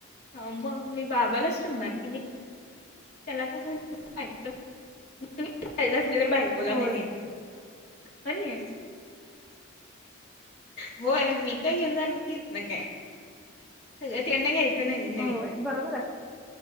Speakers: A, on the left (about 50°); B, in the centre.
A: हं मग मी बाबालाचं ठेवणार की. मी त्याला कस अस तर बायकोला
B: होय
A: नवीन. आणि होय मी काय घेऊन जाणार नाहीत हितन काय. सगळं त्यांना घ्यायचं नवीन नवीन.
B: होय बरोबर आहे